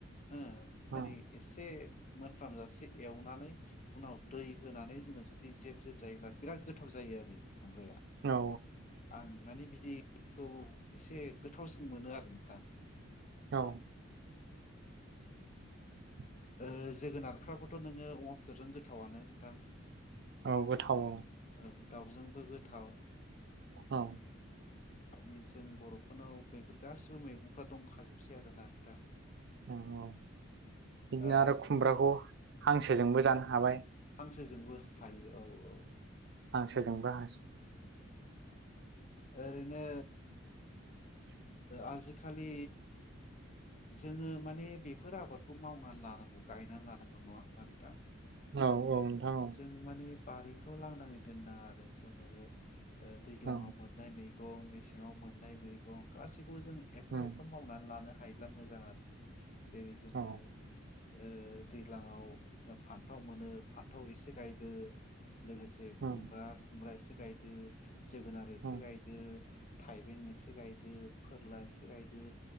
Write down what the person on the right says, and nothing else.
उम
औ
औ <inaudible>
औ गोथाव
औ
औ
अ अ बिदिनो
आरो खुमब्राखौ हांसोजोंबो जानो हाबाय।
हांसोजोंबो हासो
औ औ नोंथां औ।
औ
उम
औ
उम
उम